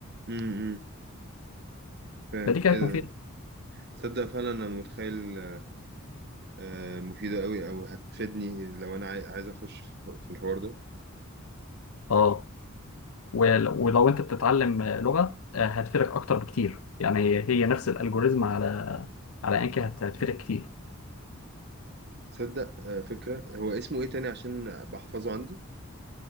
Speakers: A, on the right (about 50°); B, on the left (about 80°).
A: امم فاهم
B: فدي كانت
A: ايه
B: مفيده
A: ده تصدق فعلا انا متخيل آه، مفيدة قوي او هتفيدني لو انا عاي- عايز اخش في الح- في الحوار ده
B: اه ول- ولو انت بتتعلم لغة آه، هتفيدك اكتر بكتير يعني هي نفس الالجوريزم على على انكي هت- هتفيدك كتير
A: تصدق آه، فكرة هو اسمه ايه تاني عشان بحفظه عندي